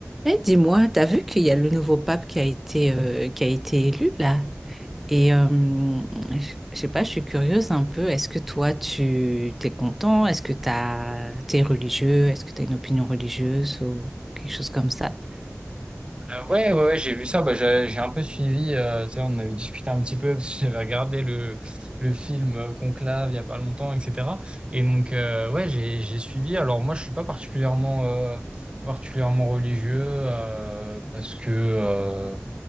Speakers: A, in the centre; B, on the right (about 20°).
A: Eh, dis-moi, t'as vu qu'il y a le nouveau pape qui a été, euh, qui a été élu là? Et euh, je je sais pas, je suis curieuse un peu. Est-ce que toi, tu t'es content? Est-ce que t'as, t'es religieux? Est-ce que t'as une opinion religieuse ou quelque chose comme ça?
B: Euh, Ouais, ouais, ouais, j'ai vu ça. Bah, j'ai j'ai un peu suivi. euh, tu sais, on avait discuté un petit peu parce que j'avais regardé le, le film euh, Conclave il y a pas longtemps, etc. Et donc, euh, ouais, j'ai j'ai suivi. Alors, moi, je suis pas particulièrement, euh, particulièrement religieux euh, parce que, euh,